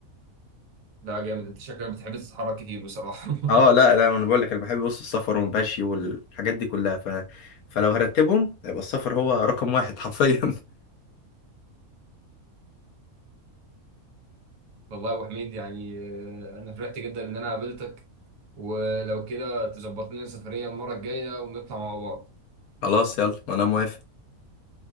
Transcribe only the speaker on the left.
اه لا لا انا بقول لك انا بحب بص السفر والمشي والحاجات دي كلها ف... فلو هرتبهم يبقى السفر هو رقم واحد حرفيا
<laughs> خلاص يلا انا موافق